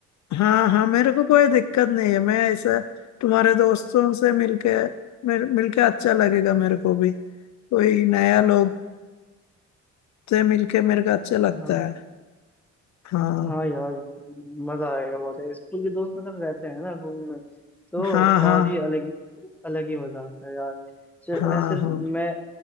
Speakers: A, on the left; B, in the centre.
A: हाँ हाँ मेरे को कोई दिक्कत नहीं है मैं ऐसे तुम्हारे दोस्तों से मिलके मिल, मिलके अच्छा लगेगा मेरे को भी कोई नया लोग से मिलके मेरे को अच्छा लगता
B: हाँ
A: है हाँ
B: हाँ यार मजा आएगा बहुत है स्कूल के दोस्त मतलब रहते हैं ना घूमने में तो
A: हाँ हाँ
B: और ही अलग ही अलग ही मजा आता है यार च-
A: हाँ
B: ऐसे
A: हाँ
B: मैं